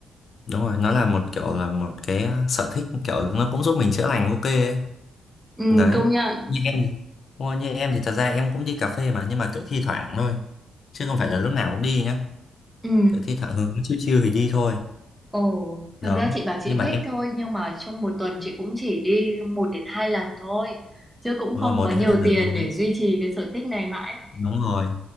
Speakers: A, on the left; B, in the centre.
A: đúng rồi nó là một kiểu là một cái ờ, sở thích kiểu nó cũng giúp mình chữa lành ok ấy
B: Ừ,
A: đấy
B: công nhận.
A: như em thì- Ôi, như em thì thật ra em cũng đi cà phê mà nhưng mà kiểu thi thoảng thôi chứ không phải là lúc nào cũng đi nhá
B: Ừ.
A: kiểu thi thoảng hứng chiêu chiêu thì đi thôi
B: Ồ,
A: đó
B: thực ra chị bảo chị
A: nhưng mà
B: thích
A: em
B: thôi nhưng mà trong một tuần chị cũng chỉ đi một đến hai lần thôi. Chứ cũng
A: đúng
B: không
A: rồi một
B: có nhiều
A: đến hai lần
B: tiền
A: thôi
B: để
A: đấy.
B: duy trì cái sở thích này mãi được ấy.
A: đúng rồi